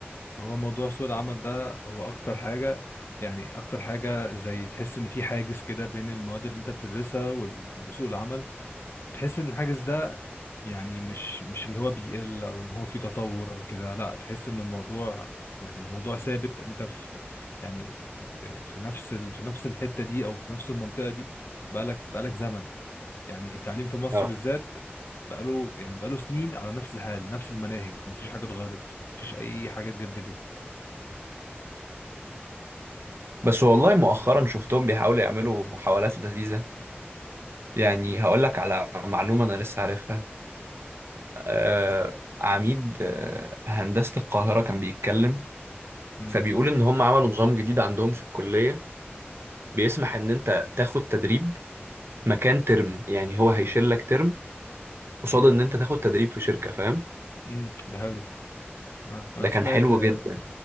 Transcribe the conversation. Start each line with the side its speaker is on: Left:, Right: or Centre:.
Left: هو موضوع سوق العمل ده هو اكتر حاجة يعني اكتر حاجة زي تحس ان في حاجز كده بين المواد اللي انت بتدرسها وال- وسوق العمل وتحس ان الحاجز ده يعني مش مش اللي هو بيقل او ان هو في تطور او كده لا تحس ان الموضوع يعني الموضوع ثابت انت في يعني في في في نفس ال في نفس الحتة دي او في نفس المنطقة دي بقالك بقالك زمن يعني التعليم في مصر
Right: اه
Left: بالذات بقاله يعني بقاله سنين على نفس الحال نفس المناهج مفيش حاجة اتغيرت مفيش اي حاجة اتجددت
Right: بس والله مؤخرا شفتهم بيحاولوا يعملوا محاولات لذيذة يعني هقول لك على معلومة أنا لسه عارفها آه عميد آه هندسة القاهرة كان بيتكلم
Left: امم
Right: فبيقول إن هم عملوا نظام جديد عندهم في الكلية بيسمح إن أنت تاخد تدريب مكان ترم يعني هو هيشيل لك ترم قصاد
Left: امم
Right: ان انت تاخد تدريب في شركه فاهم
Left: امم ده حلو آه. انا
Right: ده
Left: سمعت
Right: كان حلو
Left: آه،
Right: جدا